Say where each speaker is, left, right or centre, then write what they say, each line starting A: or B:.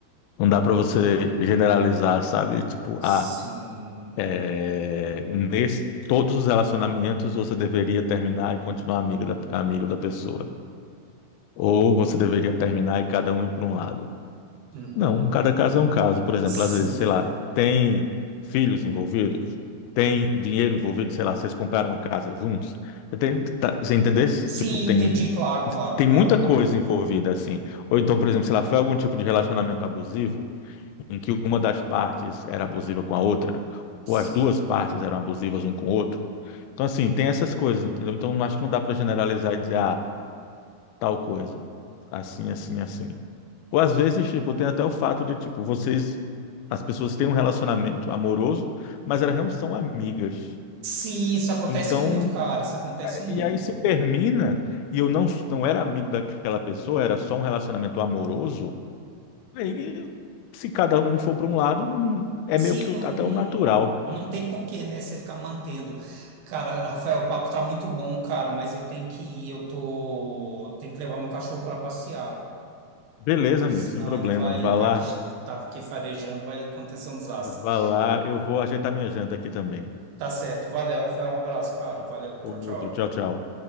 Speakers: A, on the left (about 80°); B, on the right (about 75°).
A: Não dá para você generalizar, sabe? Tipo,
B: Sim.
A: ah, é, nesse, todos os relacionamentos você deveria terminar e continuar amigo da, amigo da pessoa. Ou você deveria terminar e cada um ir para um lado?
B: Uhum.
A: Não, cada caso é um caso. Por exemplo,
B: Sim.
A: às vezes, sei lá, tem filhos envolvidos, tem dinheiro envolvido, sei lá, vocês compraram uma casa juntos. Tem, tá, você entender?
B: Sim,
A: Tipo, tem,
B: entendi, claro, claro,
A: tem
B: claro.
A: muita coisa envolvida assim. Ou então, por exemplo, sei lá, foi algum tipo de relacionamento abusivo em que uma das partes era abusiva com a outra, ou
B: Sim.
A: as duas partes eram abusivas um com o outro. Então, assim, tem essas coisas, entendeu? Então, acho que não dá para generalizar e dizer, ah, tal coisa. Assim, assim, assim. Ou às vezes, tipo, tem até o fato de, tipo, vocês, as pessoas têm um relacionamento amoroso, mas elas não são amigas.
B: Sim, isso acontece
A: Então,
B: muito, cara. Isso acontece muito.
A: e aí se termina, e eu não, não era amigo daquela pessoa, era só um relacionamento amoroso, aí se cada um for para um lado, hum, é
B: Sim,
A: meio que
B: não,
A: o- até o natural.
B: não tem porquê, né? Você ficar mantendo. Cara, Rafael, o papo tá muito bom, cara, mas eu tenho que ir. Eu tô. Tenho que levar meu cachorro para passear.
A: Beleza,
B: Senão
A: amigo, sem problema.
B: ele vai
A: Vá
B: estar
A: lá,
B: aqui, tá aqui farejando, vai acontecer um desastre.
A: vá lá, eu vou ajeitar minha janta aqui também.
B: Tá certo. Valeu, Rafael. Um abraço, cara. Valeu.
A: Outro,
B: Tchau, tchau.
A: tchau, tchau.